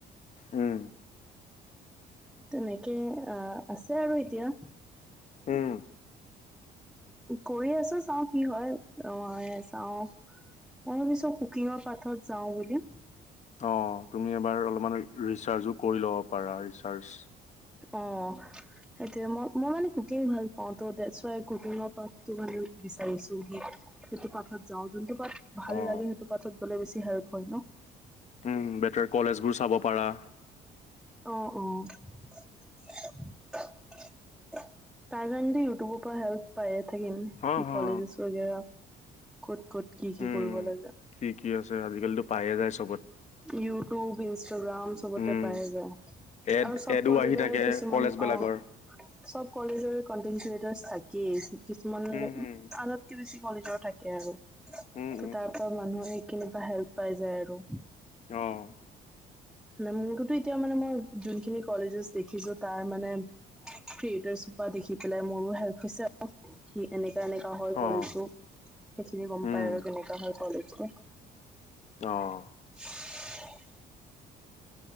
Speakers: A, on the left; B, in the centre.
A: উম।
B: তেনেকে আহ আছে আৰু এতিয়া
A: উম
B: কৰি আছো চাওঁ। কি হয় অঁ চাওঁ অ্ পিছো কুকিঙৰ পাথত যাওঁ বুলি
A: অঁ তুমি এইবাৰ অলপমান- ৰিচাৰ্জ কৰি ল'ব পাৰা ৰিচাৰ্জ।
B: অঁ সেইটোয়ে। মই, মই মানে কুকিং ভাল পাওঁ। ত' ডেচুয়াই কুকিংঙৰ পাৰ্টটো মানে বিচাৰিছো। সেইটো পাঠত যাওঁ। যোন- <unintelligible> টো পাৰ্ট ভাল
A: অ
B: লাগে সেইটো পাৰ্টত- বেছি সাৰপ হয় ন।
A: উম' বেটাৰ কলেজ বোৰ চাব পাৰা।
B: অঁ অঁ তাৰ কাৰণেদি ইউটিউবৰ পৰা হেল্প পায়- থাকিম।
A: হ
B: কি
A: হ
B: কলেজেছ <unintelligible> ক'ত, ক'ত কি, কি
A: উম
B: কৰিব লাগে।
A: কি, কি আছে আজি কালিতো পাইয়ে যাই- <unintelligible>
B: ইউটিউব, ইনষ্টাগ্ৰাম চবতে
A: উম
B: পাইে যায়।
A: এড
B: আৰু চব
A: এডো
B: কলেজৰে
A: আহি থাকে
B: কিছুমান
A: কলেজ বিলাকৰ
B: অঁ চব কলেজৰে কন্টেনাৰ- থাকেই। কিছুমান
A: উম উম
B: আনতকৈ বেছি কলেজৰ থাকে আৰু।
A: উম
B: ত' তাৰ পৰা মানুহৰ- খিনিৰ পৰা হেল্প পাই যায়। আৰু
A: অঁ
B: মানে মোৰতো - এতিয়া মানে মই যোনখিনি কলেজেছ দেখিছো। তাৰ মানে ফ্ৰীটেছ দেখি পেলাই মোৰো হেল্প হৈছে আৰু। কি এনেই- এনেকোৱা হৈ
A: অ
B: গ'ল টো। সেইখিনি গম
A: উম
B: পায় আৰু কেনেকোৱা হয়। <inaudible>
A: অঁ
B: <inaudible>